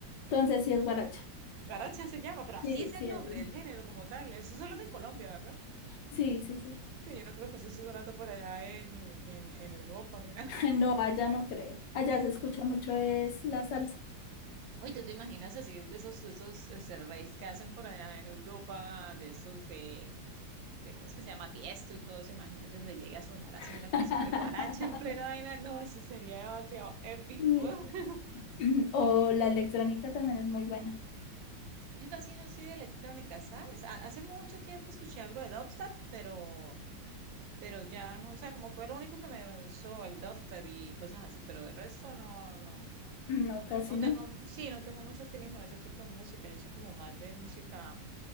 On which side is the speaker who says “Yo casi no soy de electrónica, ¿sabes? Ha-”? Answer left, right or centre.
Right